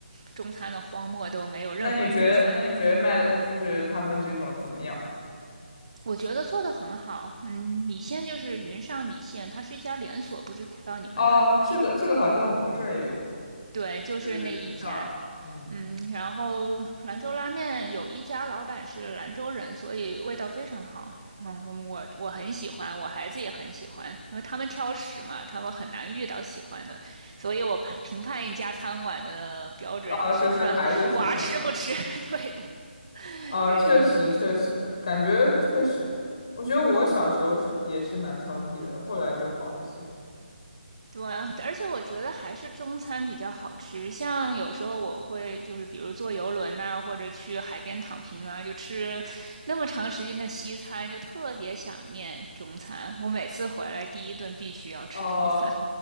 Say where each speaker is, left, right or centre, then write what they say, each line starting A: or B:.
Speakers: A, on the right (about 35°); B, on the left (about 30°).
A: 中餐的荒漠，都没有任何中餐。
B: 那你觉得那你觉得卖的呃就是他们这种怎么样？
A: 我觉得做的很好，嗯，米线就是云上米线，它是一家连锁，不知道你们那儿有没有？
B: 哦，这个这个好像我们这儿也有，
A: 对，就是那一家，
B: 是云上，嗯，
A: 嗯，然后兰州拉面有一家老板是兰州人，所以味道非常好。嗯，我我很喜欢，我孩子也很喜欢，因为他们挑食嘛，他们很难遇到喜欢的，所以我判评判一家餐馆的标准也是看娃吃不吃。
B: 啊，就是孩子喜欢，
A: <laughs> 对的，
B: 啊，
A: 对的，
B: 确实确实，
A: 是这样。
B: 感觉确实，我觉得我小时候是也是蛮挑剔的，后来就好一些。
A: 对啊，而且我觉得还是中餐比较好吃。像有时候我会就是，比如坐游轮呐、或者去海边躺平啊，就吃那么长时间的西餐，就特别想念中餐。我每次回来第一顿必须要吃中餐。
B: 哦、